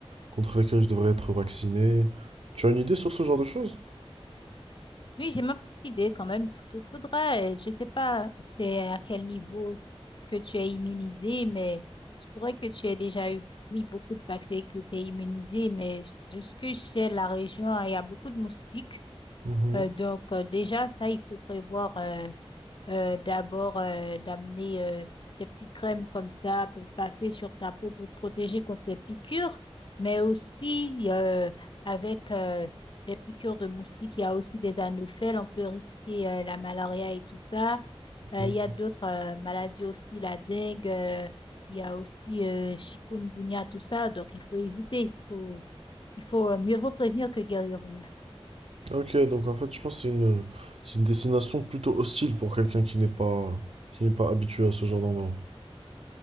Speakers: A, on the right; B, on the left.
A: contre lesquelles je devrais être vacciné. Tu as une idée sur ce genre de choses?
B: Oui, j'ai ma petite idée quand même. Faut- Faudrait, euh, je sais pas c'est à quel niveau que tu es immunisé, mais je pourrais que tu aies déjà eu pris beaucoup de vaccins et que tu es immunisé, mais de ce que je sais, la région, il y a beaucoup de moustiques.
A: Mhm,
B: Euh, donc euh, déjà, ça, il faut prévoir euh, euh, d'abord euh, d'amener euh, des petites crèmes comme ça pour passer sur ta peau pour te protéger contre les piqûres, mais aussi euh, avec euh, des piqûres de moustiques, il y a aussi des anophèles, on peut risquer euh, la malaria et tout ça. Euh,
A: mhm.
B: il y a d'autres euh, maladies aussi, la dengue, euh, il y a aussi euh, chikungunya, tout ça, donc il faut éviter, il faut, il faut euh, mieux vaut prévenir que guérir, voilà.
A: Ok, donc en fait, je pense que c'est une, euh, c'est une destination plutôt hostile pour quelqu'un qui n'est pas, qui n'est pas habitué à ce genre d'endroit.